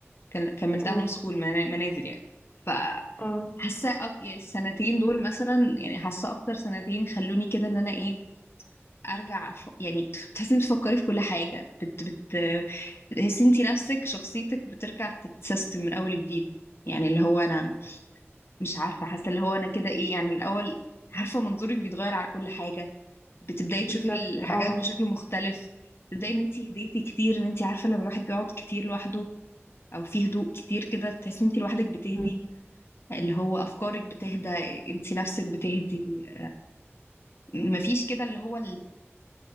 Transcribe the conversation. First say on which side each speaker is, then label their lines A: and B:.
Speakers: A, on the left (about 60°); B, on the left (about 35°).
A: كان- كملتها
B: اه
A: هوم سكول منا- منازل يعني ف
B: اه
A: حاسه أك... يعني السنتين دول مثلا يعني حاسه اكتر سنتين خلوني كده ان انا ايه ارجع أف... يعني تحسي انك بتفكري في كل حاجه بت بت تحسي انت نفسك شخصيتك بترجع تتسيستم من اول جديد يعني اللي هو انا مش عارفه حاسه اللي هو انا كده ايه يعني الاول عارفه منظورك بيتغير على كل حاجه بتبداي
B: بالظبط
A: تشوفي الحاجات
B: اه
A: بشكل مختلف تبداي ان انت هديتي كتير ان انت عارفه لما الواحد بيقعد كتير لوحده او في هدوء كتير كده تحسي ان انت لوحدك بتهدي
B: مم.
A: اللي هو افكارك بتهدى انت نفسك بتهدي مفيش كده اللي هو